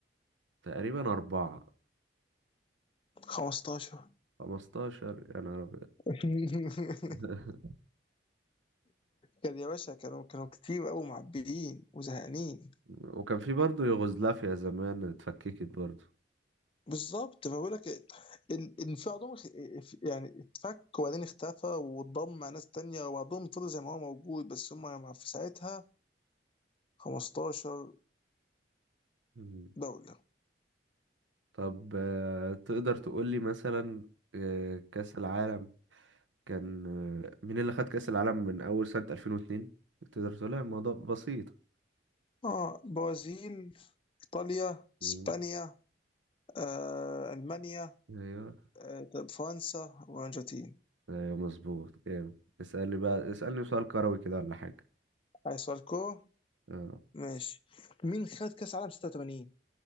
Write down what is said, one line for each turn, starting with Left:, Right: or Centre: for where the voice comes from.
Right: تقريبا أربعة
Left: 15
Right: خمستاشر يا نهار أبيض
Left: <laughs>
Right: <laughs>
Left: كان يا باشا كانوا كانوا كتير قوي معبيين وزهقانين
Right: وكان في برضه يوغوسلافيا زمان اتفككت برضه
Left: بالظبط فبقول لك ال- الانفعال عندهم خ- يعني اتفك وبعدين اختفى واتضم مع ناس تانية وبعضهم فضل زي ما هو موجود بس هم في ساعتها 15
Right: مم.
Left: دولة
Right: طب آه، تقدر تقولي مثلا آه، كأس العالم كان آه، مين اللي خد كأس العالم من أول سنة 2002 تقدر تقولها الموضوع بسيط
Left: اه برازيل ايطاليا
Right: مم.
Left: اسبانيا آه، المانيا
Right: ايوه
Left: آه، طب فرنسا والارجنتين
Right: ايوه مظبوط جامد اسألني بقى اسألني سؤال كروي كده ولا حاجة
Left: عايز سؤال كورة
Right: اه
Left: ماشي مين خد كاس عالم 86